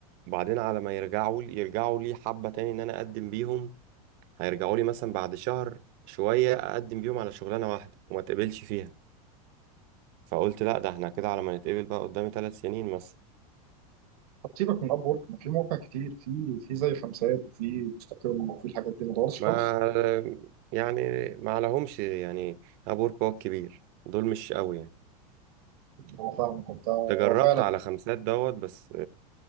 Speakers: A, on the right (about 45°); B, on the right (about 75°).
A: وبعدين على ما يرجعوا لي يرجعوا لي حبة تاني ان انا اقدم بيهم هيرجعوا لي مثلا بعد شهر شوية اقدم بيهم على شغلانة واحدة وما تقبلش فيها فقلت لا ده احنا كده على ما نتقبل بقى قدامي ثلاث سنين مثلا
B: طب سيبك من اب ورك ما في مواقع كتير في في زي خمسات وفي مستقل وفي الحاجات دي ما دورش
A: ما
B: خالص
A: يعني ما عليهمش يعني ابورك هو الكبير دول مش قوي يعني
B: هو فاهمك انت هو
A: تجربت
B: فعلا
A: على خمسات دوت بس